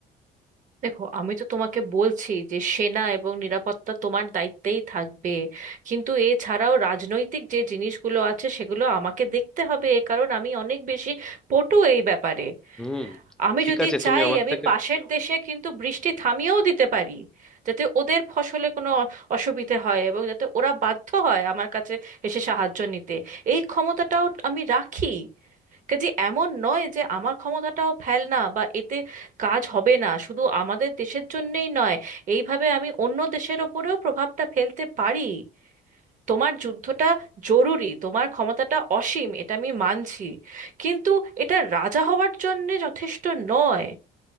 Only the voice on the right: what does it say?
দেখো আমি তো তোমাকে বলছি যে সেনা এবং নিরাপত্তা তোমার দায়িত্বেই থাকবে কিন্তু এছাড়াও রাজনৈতিক যে জিনিসগুলো আছে সেগুলো আমাকে দেখতে হবে এ কারণ আমি অনেক বেশি পটু এই ব্যাপারে
আমি
যদি
চাই
আমি
পাশের দেশে কিন্তু বৃষ্টি থামিয়েও দিতে পারি যাতে ওদের ফসলে কোনো অ- অসুবিধে হয় এবং যাতে ওরা বাধ্য হয় আমার কাছে এসে সাহায্য নিতে এই ক্ষমতাটাও আমি রাখি কাজে এমন নয় যে আমার ক্ষমতাটাও ফেল না বা এতে কাজ হবে না শুধু আমাদের দেশের জন্যেই নয় এইভাবে আমি অন্য দেশের ওপরেও প্রভাবটা ফেলতে পারি তোমার যুদ্ধটা জরুরি তোমার ক্ষমতাটা অসীম এটা আমি মানছি কিন্তু এটা রাজা হওয়ার জন্যে যথেষ্ট নয়